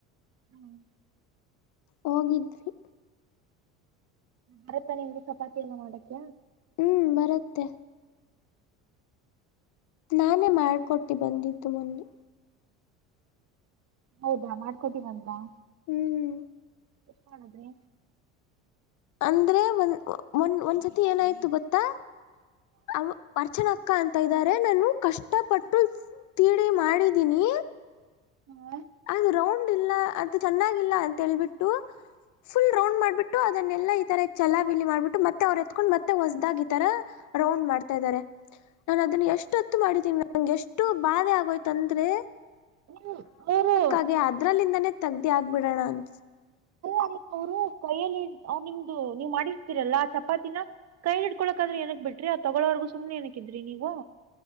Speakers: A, on the right; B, on the left.
A: ಹ್ಮ್
B: ಹೋಗಿದ್ವಿ
A: ಬರ್ತಾ ನಿಂಗೆ ಚಪಾತಿ ಎಲ್ಲ ಮಾಡಕ
B: ಹ್ಮ್ ಬರತ್ತೆ ನಾನೇ ಮಾಡ್ಕೊಟ್ಟಿ ಬಂದಿದ್ದು ಮೊನ್ನೆ
A: ಹೌದಾ ಮಾಡ್ಕೊಟಿ ಬಂದ್ರ
B: ಹ್ಮ್ ಹ್ಮ್
A: ಎಸ್ಟ್ ಮಾಡಿದ್ರಿ
B: ಅಂದ್ರೆ ಒಂದ -ಒಂದ ಒಂದ್ಸತಿ ಏನಾಯ್ತು ಗೊತ್ತಾ ಅವ ವರ್ಚನಾ ಕಂತ ಇದ್ದಾರೆ ನಾನು ಕಷ್ಟಪಟ್ಟು ತಿಡಿ ಮಾಡಿದೀನಿ
A: <inaudible>
B: ಅದು ರೌಂಡ್ ಇಲ್ಲ ಅದು ಚೆನ್ನಾಗಿಲ್ಲ ಅಂತೇಳ್ಬಿಟ್ಟು ಫುಲ್ ರೌಂಡ್ ಮಾಡ್ಬಿಟ್ಟು ಅದನ್ನೆಲ್ಲಾ ಈ ತರ ಚಲಾ ಬಿಲಿ ಮಾಡ್ಬಿಟ್ಟು ಮತ್ತೆ ಅವರು ಎತ್ಕೊಂಡ್ ಮತ್ತೆ ಹೊಸ್ದಾಗ ಈತರ ರೌಂಡ್ ಮಾಡ್ತಾ ಇದಾರೆ ನಾನನ್ ಅದನ್ನ ಎಷ್ಟು ಹತ್ತು ಮಾಡೀದಿನಿ ನಂಗೆ ಎಷ್ಟು ಬಾಧೆ ಆಗೋಯ್ತಂದ್ರೆ
A: ಹ್ಮ ಮೂರು
B: ಹಾಗೆ ಅದ್ರಲ್ಲಿಂದಾನೇ ತಗ್ದಿ ಆಗ್ಬಿಡೋಣ ಅನ್
A: ಅಲ್ಲ ಅ ಅವ್ರು ಕೈಯಲ್ಲಿ ನಿಮ್ದು ನೀವ್ ಮಾಡಿರ್ತೀರಲ್ಲಾ ಆ ಚಪಾತಿನ ಕೈಯಲ್ಲಿ ಇಡ್ಕೊಳಕಾದ್ರೆ ಏನಕ್ ಬಿಟ್ರಿ ಆ ತಗೊಳೋವರ್ಗು ಸುಮನೆ ಏನಕ್ಕಿದ್ರಿ ನೀವು